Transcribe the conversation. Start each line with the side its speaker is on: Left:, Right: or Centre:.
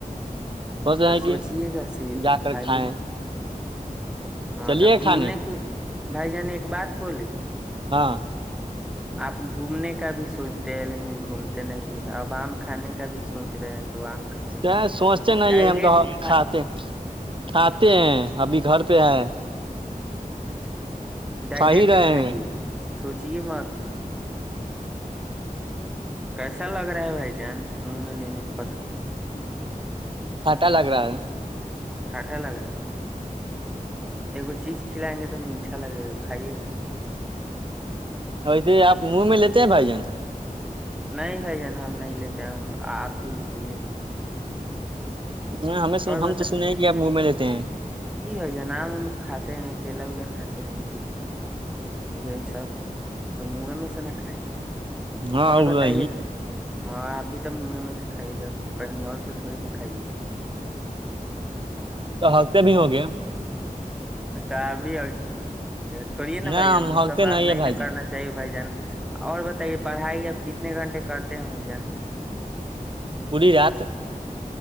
Right: سوچ رہے
Centre: تو
Right: ہیں
Centre: سوچیے
Right: کہ
Centre: گا صرف
Right: جا کر
Centre: کھائیے
Right: کھائیں
Centre: نا ہاں
Right: چلیے
Centre: تو گھومنے
Right: کھانے
Centre: کے بھائی جن ایک بات بولی
Right: ہاں
Centre: آپ گھومنے کا بھی سوچتے ہیں لیکن گھومتے نہیں ہیں ابام کھانے کا بھی سوچ رہے ہیں تو آم کھائے
Right: س سوچتے نہیں
Centre: ڈائریکٹ
Right: ہے ہم تو
Centre: کھا
Right: کھاتے کھاتے ہیں ابھی گھر پہ ہے
Centre: اچھا ڈائریکٹ
Right: کھا ہی رہے
Centre: کھائیے
Right: ہیں
Centre: سوچیے مت کیسا لگ رہا ہے بھائی جان منہ میں لینے پر
Right: پتہ لگ رہا ہے
Centre: کھٹا لگ رہا ہے اگو چی کھلائیں گے تو میٹھا لگے گا کھائیے گا
Right: ویسے آپ منہ میں لیتے ہیں بھائی جانگ
Centre: نہیں بھائی جان ہم نہیں لیتے ہم آپ ہی لیجے
Right: نہ ہمیں س ہم
Centre: بتا
Right: تو سنے گ آپ م میں لیتے ہیں
Centre: جی بھائی جناب ہم کھاتے ہیں کیلا ولا کھاتے ہیں پھر یہی سب تو منہے میں سے نہ کھائیں گے
Right: ہاں
Centre: اور بتائیے
Right: ا
Centre: نا ہاں ابھی تو منہ میں سےکھھائیے گا کہیں اور سے تھوڑی نہ کھائیے گا
Right: تو ہفتے بھی ہو گئے
Centre: ت بھی چھوڑیے نا
Right: نہ
Centre: بھ جن
Right: ہم
Centre: وہ
Right: ہکتے
Centre: سب بات نہیں
Right: ہے بھائی
Centre: ن
Right: جان
Centre: کرنا چاہیے بھجن اور بتائیے پڑھائی اب کتنے گھنٹے کرتے ہیں بھائی جان
Right: پوری رات